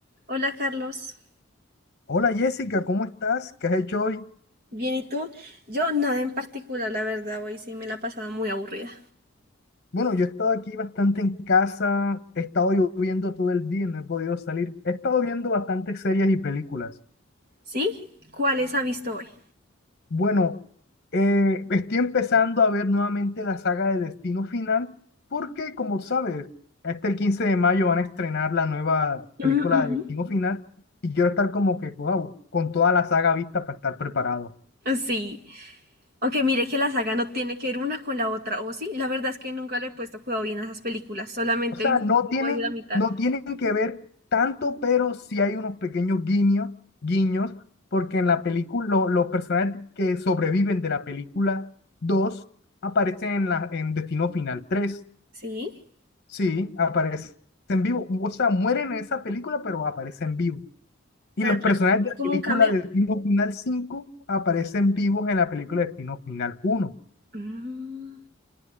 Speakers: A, on the right; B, on the left.
A: Hola Carlos,
B: Hola Jessica, ¿cómo estás? ¿Qué has hecho hoy?
A: bien y tú? Yo nada en particular, la verdad, hoy sí me la he pasado muy aburrida.
B: Bueno, yo he estado aquí bastante en casa, he estado lloviendo todo el día, no he podido salir. He estado viendo bastantes series y películas.
A: ¿Sí? ¿Cuáles ha visto hoy?
B: Bueno, eh, estoy empezando a ver nuevamente la saga de Destino Final, porque como sabes, hasta el 15 de mayo van a estrenar la nueva película
A: Mm, ujú.
B: de Destino Final y quiero estar como que wow, con toda la saga vista para estar preparado.
A: Sí, aunque mire que la saga no tiene que ver una con la otra, o sí, la verdad es que nunca le he puesto cuidado bien a esas películas, solamente
B: O sea,
A: viste
B: no
A: como
B: tiene,
A: de la mitad.
B: no tienen que ver tanto, pero sí hay unos pequeños guiños, guiños, porque en la película, lo- los personajes que sobreviven de la película 2 aparecen en, la, en Destino Final tres,
A: ¿Sí?
B: Sí, aparecen vivo. O sea, mueren en esa película, pero aparecen vivos. Y
A: Tan
B: los
A: raro.
B: personajes
A: ¿Es
B: de la
A: como
B: película
A: un cameo?
B: Destino Final cinco aparecen vivos en la película Destino Final uno. O
A: Mm.